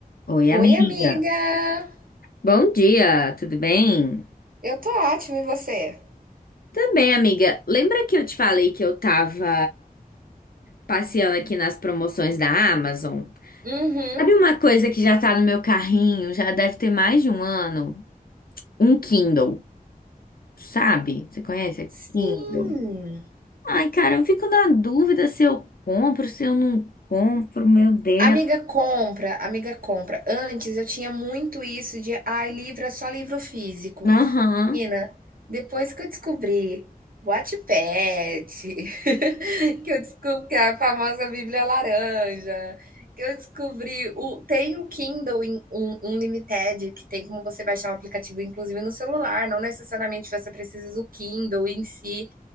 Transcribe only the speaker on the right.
Oi, amiga!
Eu tô ótima, e você?
Uhum.
Sim.
Amiga compra, amiga compra. Antes eu tinha muito isso de, ai, livro é só livro físico.
Menina, depois que eu descobri Wattpad, <laughs> que eu descobri que é a famosa Bíblia Laranja, que eu descobri o tem o Kindle in- um, Unlimited que tem como você baixar um aplicativo inclusive no celular, não necessariamente você precisa do Kindle em si.